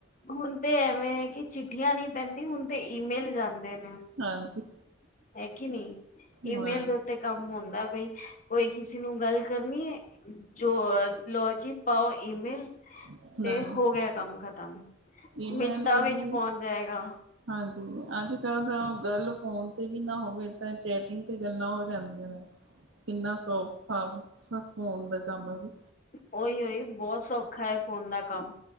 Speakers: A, on the left (about 40°); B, on the right (about 80°).
A: ਹੁਣ ਤੇ ਐਵੇਂ ਹੈ ਕਿ ਚਿੱਠੀਆਂ ਨੀ ਪੈਂਦੀ ਹੁਣ ਤੇ ਈਮੇਲ ਜਾਂਦੇ ਨੇ।
B: ਹਾਂਜੀ।
A: ਹੈ ਕੇ ਨਹੀਂ ਈਮੇਲ
B: ਹਾਂ
A: ਦੇ ਉੱਤੇ ਕੰਮ ਹੁੰਦਾ ਬਈ। ਕੋਈ ਕਿਸੇ ਨੂੰ ਗੱਲ ਕਰਨੀ ਹੈ ਜੋ ਲੋਜੀ ਪਾਓ ਈਮੇਲ।
B: ਹਾਂ
A: ਤੇ ਹੋ ਗਿਆ ਕੰਮ ਖਤਮ।
B: ਈਮੇਲ
A: ਮਿੰਟਾਂ
B: ਤੇ
A: ਵਿੱਚ
B: ਦੀ
A: ਪਹੁੰਚ ਜਾਏਗਾ
B: ਹਾਂਜੀ <unintelligible> <unintelligible> ਗੱਲ ਫੋਨ ਤੇ ਵੀ ਨਾ ਹੋਵੇ ਤਾਂ ਚੈਟਿੰਗ ਤੇ ਗੱਲਾਂ ਹੋ ਜਾਂਦੀ ਕਿੰਨਾ ਸੌਖਾ ਫੋਨ ਦਾ ਕੰਮ ਵੀ।
A: ਉਹੀ ਉਹੀ ਬਹੁਤ ਸੌਖਾ ਹੈ ਫੋਨ ਦਾ ਕੰਮ।